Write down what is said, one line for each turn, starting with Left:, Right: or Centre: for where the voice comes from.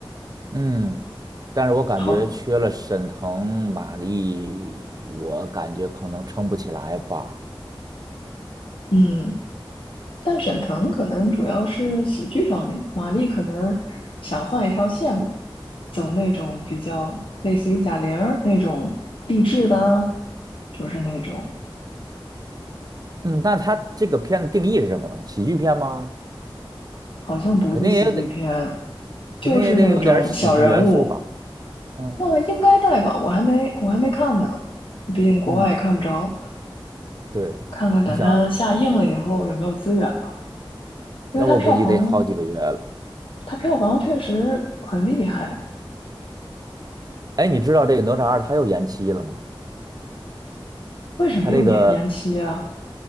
Right: 嗯，但是我感觉缺了沈腾、
Left: 好，
Right: 马丽，我感觉可能撑不起来吧。
Left: 嗯，但沈腾可能主要是喜剧方面的，马丽可能想换一条线路，走那种比较类似于贾玲儿那种励志的啊，就是那种
Right: 嗯，那他这个片子定义是什么呢？喜剧片吗？
Left: 好像不是喜剧片，
Right: 肯定也得，肯定也得有点儿喜剧元素吧。
Left: 就是那种小人物。
Right: 嗯。
Left: 那应该带吧，我还没我还没看呢，毕竟国外也看不着，
Right: 嗯，对，
Left: 看看等它下映了以后有没有资源吧，
Right: 你想，
Left: 因为它票房
Right: 那我估计得好几个月了。
Left: 它票房确实很厉害，
Right: 哎，你知道这个《哪吒二》它又延期了吗？
Left: 为什么又延延期啊？
Right: 它这个